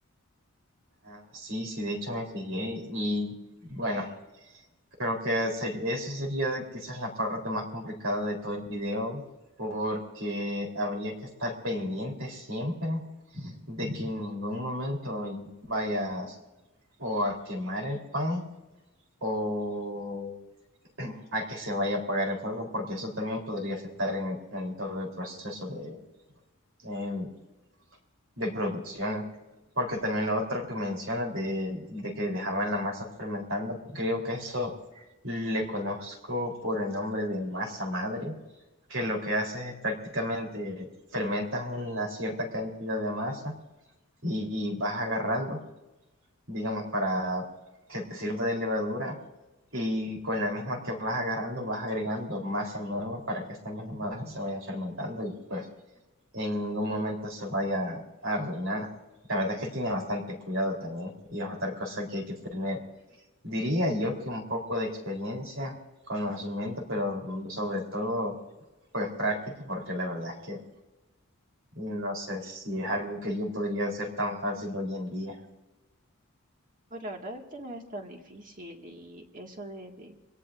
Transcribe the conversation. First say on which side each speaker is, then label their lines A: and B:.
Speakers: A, on the right; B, on the right.
A: Ah, sí, sí, de hecho me fijé y bueno, creo que ser- eso sería quizás la parte más complicada de todo el video porque habría que estar pendiente siempre de que en ningún momento vayas o a quemar el pan o a que se vaya a apagar el fuego, porque eso también podría afectar en, el- en todo el proceso de, em, de producción. Porque también lo otro que mencionas de, de que dejaban la masa fermentando, creo que eso le conozco por el nombre de masa madre, que lo que hace es prácticamente fermentas una cierta cantidad de masa y, y vas agarrando digamos, para que te sirva de levadura y con la misma que vas agarrando vas agregando masa nueva para que esta misma masa se vaya fermentando y pues en ningún momento se vaya a arruinar. La verdad es que tiene bastante cuidado también y es otra cosa que hay que tener. Diría yo que un poco de experiencia, conocimiento, pero sobre todo pues práctico porque la verdad es que no sé si es algo que yo podría hacer tan fácil hoy en día.
B: Pues la verdad es que no es tan difícil y eso de, de,